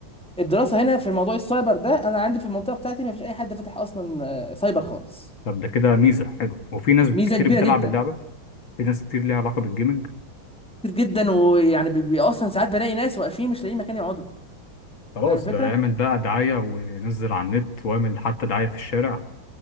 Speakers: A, in the centre; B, on the left.
A: الدراسه هنا في موضوع السايبر ده انا عندي في المنطقه بتاعتي ما فيش اي حد فاتح اصلا آه، سايبر خالص
B: طب ده كده ميزه حلو وفي ناس
A: ميزه
B: كتير
A: كبيره
B: بتلعب
A: جدا
B: اللعبه في ناس كتير ليها علاقه بالجيمنج
A: كتير جدا ويعني بي- بي- اصلا ساعات بلاقي ناس واقفين مش لاقيين مكان يقعدوا
B: خلاص
A: فاهم الفكره
B: ده اعمل بقى دعاية ونزل على النت واعمل حتى دعاية في الشارع